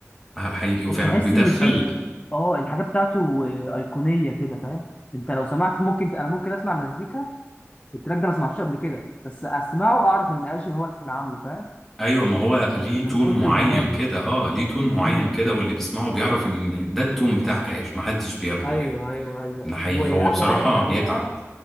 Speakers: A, in the centre; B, on the left (about 25°).
A: ح- حقيقي وفعلا
B: بتحس
A: وبيدخل
B: إن في اه الحاجة بتاعته أيقونية كده فاهم أنت لو سمعت ممكن أنا ممكن أسمع مزيكا التراك ده ما سمعتوش قبل كده بس أسمعه أعرف إن قاش هو اللي عامله فاهم
A: ايوه ما هو ليه
B: من
A: تون
B: كتر
A: معين
B: جماله
A: كده اه ليه تون معين
B: امم
A: كده واللي بيسمعه بيعرف ان ده التون بتاع ايش محدش بياخده
B: ايوه
A: يعني
B: ايوه ايوه
A: ده حقيقي
B: واحلى
A: هو بصراحه
B: حاجه بيعملها
A: بيتعب